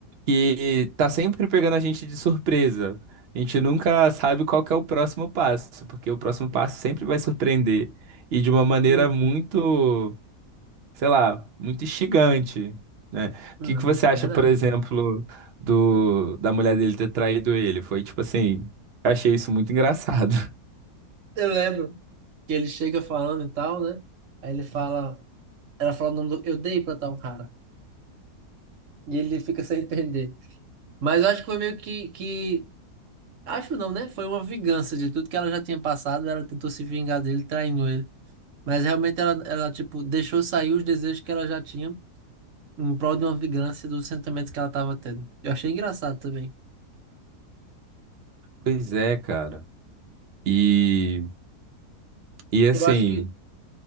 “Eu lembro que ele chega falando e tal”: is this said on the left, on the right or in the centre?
Right